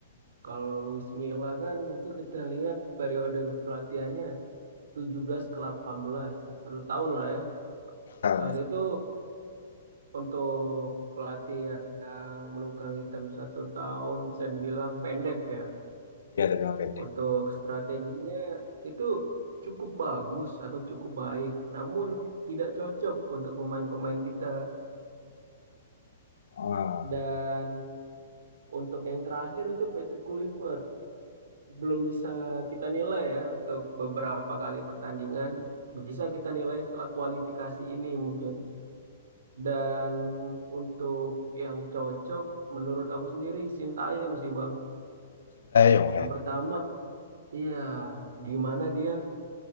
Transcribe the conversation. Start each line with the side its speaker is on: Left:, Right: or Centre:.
Right: kalau Luis Milla kan itu kita lihat periode kepelatihannya 17 ke 18 satu tahun lah ya.
Left: Ah,
Right: Saat itu untuk pelatih yang menukang hitam satu tahun bisa dibilang pendek ya.
Left: Iya, dari Bang pendek.
Right: Untuk strateginya itu cukup bagus atau cukup baik, namun tidak cocok untuk pemain-pemain kita.
Left: Ah.
Right: Dan untuk yang terakhir itu Patrick Kluivert. Belum bisa kita nilai ya untuk beberapa kali pertandingan. Bisa kita nilai setelah kualifikasi ini mungkin. Dan untuk yang cocok menurut aku sendiri Sintayong sih Bang.
Left: Sintayong ya?
Right: Yang pertama, iya gimana dia